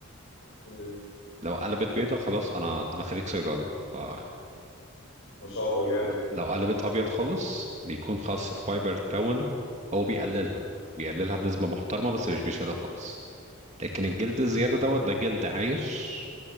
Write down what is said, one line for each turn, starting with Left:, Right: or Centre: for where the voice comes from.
Left: أوكي.
Right: لو قلبت بيضة خلاص انا انا خريج صيدلة فلو
Left: ما شاء الله جامد
Right: لو قلبت ابيض خالص بيكون خلاص الفايبر اتكون هو بيقللها بيقللها بنسبة محترمة بس مش بيشيلها خالص لكن الجلد الزيادة دوت ده جلد عايش